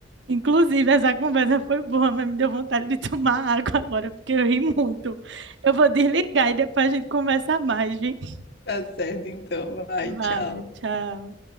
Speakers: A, on the right; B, on the left.
A: Inclusive, essa conversa foi boa, mas me deu vontade de tomar água agora, porque eu ri muito. Eu vou desligar e depois a gente conversa mais, gente.
B: Tá certo, então. Vai,
A: Vai,
B: tchau.
A: tchau.